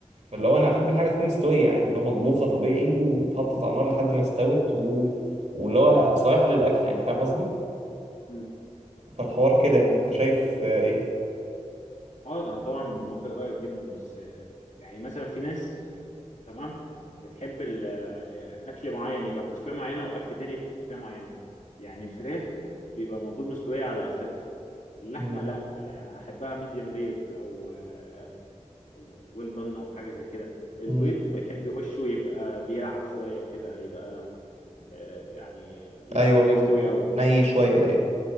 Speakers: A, on the right (about 65°); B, on the left (about 75°).
A: اللي هو انا
B: طيب.
A: بحب الحاجه تكون مستويه عادي اللي هو مطبوخه طبيعي واتحطت على النار لحد ما استوت و... واللي هو صالحه للاكل يعني فاهم قصدي
B: مم.
A: فالحوار كده يعني انت شايف آه، ايه
B: اه ده انا طبعا موافق رايك جدا بس آه، يعني مثلا في ناس تمام بتحب ال- آه، اكل معين يبقى بتسويه معينه واكل تاني بتسويه معينه يعني الفراخ بت- بيبقى المفروض مستويه على اخرها اللحمه
A: مم.
B: لا آه، انا احبها ميديم رير او آه، ويل دون او حاجه زي كده البيض
A: مم.
B: بيحب وشه يبقى بيلعب شويه كده يبقى آه، يعني آه، لسه
A: ايوه
B: مش
A: ايوه
B: مستوي قوي
A: ني شويه ايوه